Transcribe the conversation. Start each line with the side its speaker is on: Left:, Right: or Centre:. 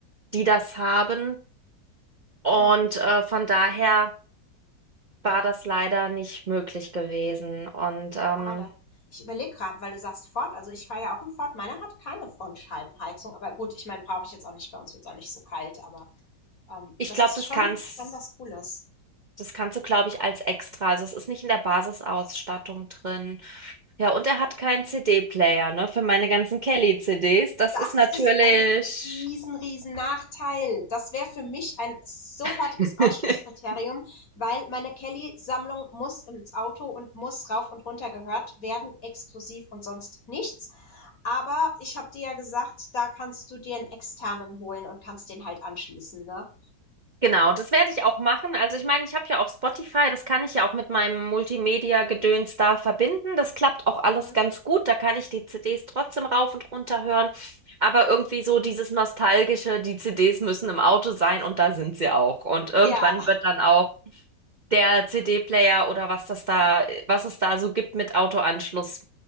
Right: die das haben. Und
Left: Hm,
Right: äh, von daher war das leider nicht möglich gewesen. Und ähm,
Left: schade. Ich überlege gerade, weil du sagst Ford. Also, ich fahre ja auch im Ford. Meiner hat keine Frontscheibenheizung, aber gut, ich meine, brauche ich jetzt auch nicht. Bei uns wird es auch nicht so kalt, aber Ähm,
Right: Ich
Left: das
Right: glaube,
Left: ist
Right: das
Left: schon
Right: kannst,
Left: schon was Cooles.
Right: das kannst du, glaube ich, als extra. Also es ist nicht in der Basisausstattung drin. Ja, und er hat
Left: Ja.
Right: keinen CD-Player, ne, für meine ganzen Kelly-CDs. Das
Left: Das
Right: ist natürlich.
Left: ist ein riesen, riesen Nachteil. Das wäre für mich ein sofortiges
Right: <laughs>
Left: Ausschlusskriterium, weil meine Kelly-Sammlung muss ins Auto und muss rauf und runter gehört werden, exklusiv und sonst nichts. Aber ich habe dir ja gesagt, da kannst du dir einen externen holen und kannst den halt anschließen, ne?
Right: Genau, das werde ich auch machen. Also ich meine, ich habe ja auch Spotify, das kann ich ja auch mit meinem Multimedia-Gedöns da verbinden. Das klappt auch alles
Left: Mhm.
Right: ganz gut. Da kann ich die CDs trotzdem rauf und runter hören. Aber irgendwie so dieses Nostalgische, die CDs müssen im Auto sein und da sind sie auch. Und
Left: Ja.
Right: irgendwann wird dann auch der CD-Player oder was das da, was es da so gibt mit Autoanschluss